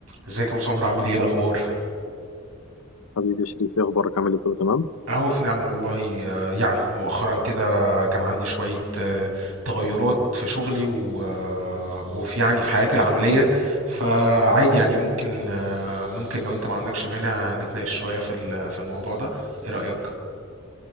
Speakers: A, on the right; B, on the left.
A: ازيك يا ابو سمر عامل ايه الاخبار
B: حبيبي يا شريف ايه اخبارك عامل ايه كله تمام
A: اهو في نعمه والله آه، يعني مؤخرا كده كان عندي شويه آه، تغيرات في شغلي و- آه، وفي يعني في حياتي العمليه فعادي يعني ممكن آه، ممكن لو انت ما عندكش مانع نتناقش شويه في ال- في الموضوع ده ايه رايك